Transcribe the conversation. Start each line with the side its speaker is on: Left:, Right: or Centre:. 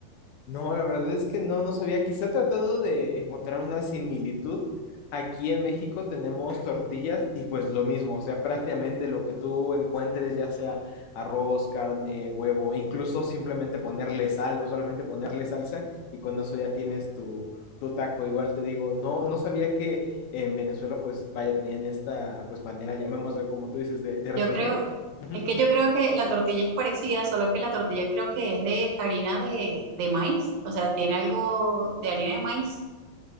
Left: No, la verdad es que no, no sabía. Quizá tratando de encontrar una similitud, aquí en México tenemos tortillas y pues lo mismo, o sea, prácticamente lo que tú encuentres, ya sea arroz, carne, huevo, incluso simplemente ponerle sal o solamente ponerle salsa y con eso ya tienes tu, tu taco. Igual te digo, no, no sabía que en Venezuela pues vaya, tenían esta pues manera, llamémoslo como tú dices, de, de
Right: Yo
Left: resolver.
Right: creo,
Left: Ujú.
Right: es que yo creo que la tortilla es parecida, solo que la tortilla creo que es de harina de, de maíz. O sea, tiene algo de harina de maíz